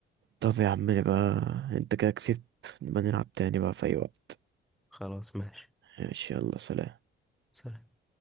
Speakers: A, on the right; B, in the centre.
A: طب يا عم بقى انت كده كسبت نبقى نلعب تاني بقى في اي وقت
B: خلاص ماشي
A: ماشي يلا سلام
B: سلام